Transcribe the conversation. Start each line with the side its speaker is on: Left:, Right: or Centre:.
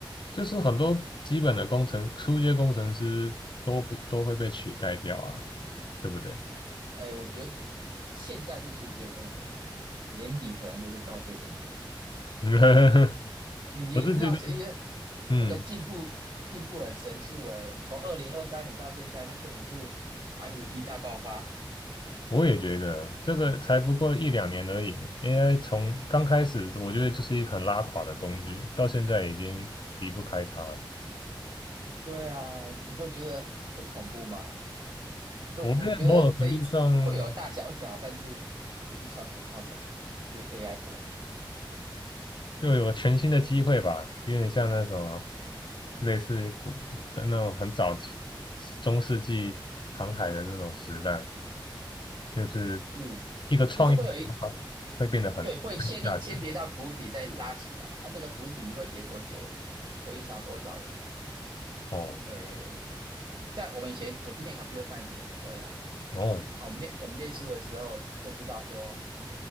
Left: 就是很多基本的工程初阶工程师都不都会被取代掉啊，对不对？
Right: 哎，我觉得现在是初阶工程师，年底可能就是高阶工程师。
Left: <laughs>
Right: 你知道谁，
Left: 我是觉得，嗯。
Right: 那个进步进步很神速哎、我从二零二三年到现在，那根本就是寒武纪大爆发。
Left: 我也觉得这个才不过一两年而已，AI 从刚开始我觉得就是一个很拉垮的工具，到现在已经离不开它了。
Right: 对啊，你不会觉得很恐怖吗？就我觉得这一次会有大萧条，
Left: 我觉得某种程度上
Right: 但是不是川普造成，是 AI 造成，
Left: 就有全新的机会吧，有点像那什么，类似古可能那种很早期中世纪航海的那种时代，就是
Right: 是就是会有一
Left: 一个创意的想法会变得很很有价值
Right: 对会先先跌到谷底，再拉起来。啊，这个谷底会跌多久？会影响多少人？
Left: 哦。
Right: 诶，像我们以前我是念 computer science 的嘛，对不对？
Left: 哦，
Right: 啊，我们念我们念书的时候就知道说，